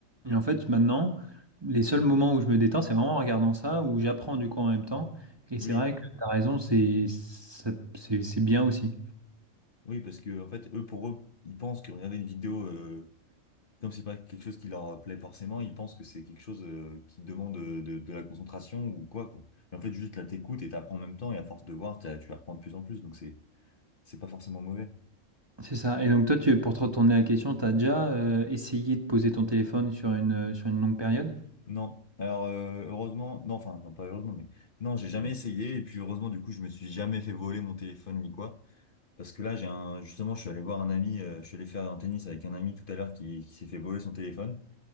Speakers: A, on the right; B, on the left.
A: Et en fait, maintenant, les seuls moments où je me détends, c'est vraiment en regardant ça, où j'apprends du coup en même temps. Et
B: Oui.
A: c'est vrai que t'as raison, c'est ça- c'est c'est bien aussi.
B: Oui, parce que en fait, eux, pour eux, ils pensent que regarder une vidéo, euh, comme c'est pas quelque chose qui leur plaît forcément, ils pensent que c'est quelque chose euh, qui demande de, de- de la concentration ou quoi, quoi. Mais En fait, juste là, t'écoutes et t'apprends en même temps. Et à force de voir, t'as- tu apprends de plus en plus. Donc c'est c'est pas forcément mauvais.
A: C'est ça. Et donc toi, tu, pour te retourner la question, t'as déjà euh, essayé de poser ton téléphone sur une, euh, sur une longue période?
B: Non. Alors euh, heureusement, non, enfin non pas heureusement, mais non, j'ai jamais essayé et puis heureusement du coup je me suis jamais fait voler mon téléphone ni quoi. Parce que là j'ai un justement je suis allé voir un ami, euh, je suis allé faire un tennis avec un ami tout à l'heure qui, qui s'est fait voler son téléphone